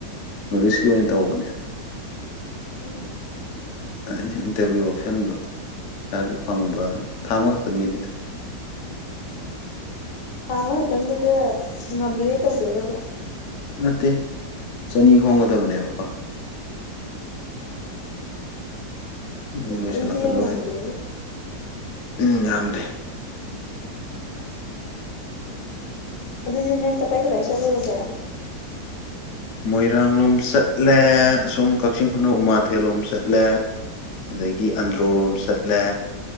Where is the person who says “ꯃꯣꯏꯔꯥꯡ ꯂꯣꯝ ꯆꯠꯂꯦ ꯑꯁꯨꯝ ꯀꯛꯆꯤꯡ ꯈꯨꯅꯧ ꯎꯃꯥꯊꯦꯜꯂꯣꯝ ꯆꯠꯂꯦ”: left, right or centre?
Left